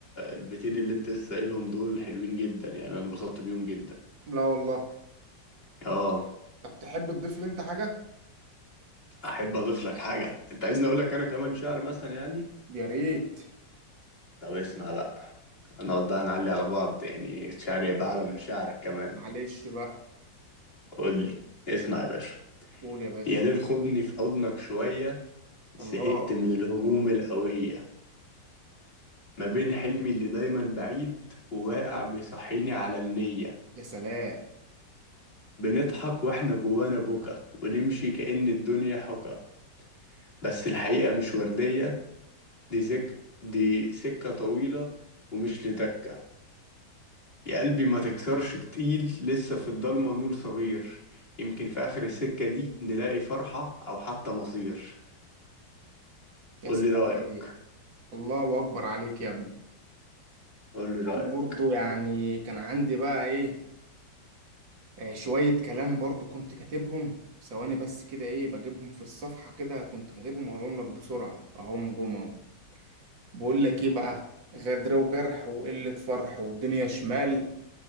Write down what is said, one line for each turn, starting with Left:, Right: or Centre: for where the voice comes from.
Left: البيتين اللي انت لسه قايلهم دول حلوين جدا يعني انا اتبسطت بيهم جدا
Right: لا والله
Left: اه
Right: طب تحب تضيف لي أنت حاجة؟
Left: احب اضيف لك حاجة انت عايزني اقول لك انا كمان شعر مثلا يعني
Right: يا ريت
Left: طب اسمع بقى هنقعد بقى نعلي على بعض يعني شعري يبقى أعلى من شعرك كمان
Right: معلش بقى
Left: قول لي اسمع يا باشا
Right: قول يا باشا
Left: يا ليل خدني في حضنك شوية
Right: الله
Left: زهقت من الهموم القوية ما بين حلمي اللي دايما بعيد وواقع بيصحيني على النية
Right: يا سلام
Left: بنضحك واحنا جوانا بكا ونمشي كأن الدنيا حكا بس الحقيقة مش وردية دي زك دي سكة طويلة ومش لدكة يا قلبي ما تكسرش تقيل لسه في الضلمة نور صغير يمكن في آخر السكة دي نلاقي فرحة أو حتى مصير
Right: يا
Left: قول
Right: سلام
Left: لي رأيك
Right: عليك الله أكبر عليك يا ابني
Left: قول لي رأيك
Right: برضو يعني كان عندي بقى ايه آه، شوية كلام برضو كنت كاتبهم ثواني بس كده ايه بجيبهم في الصفحة كده كنت كاتبهم واقولهم لك بسرعة اهم جمهم بقول لك ايه بقى غدر وجرح وقلة فرح والدنيا شمال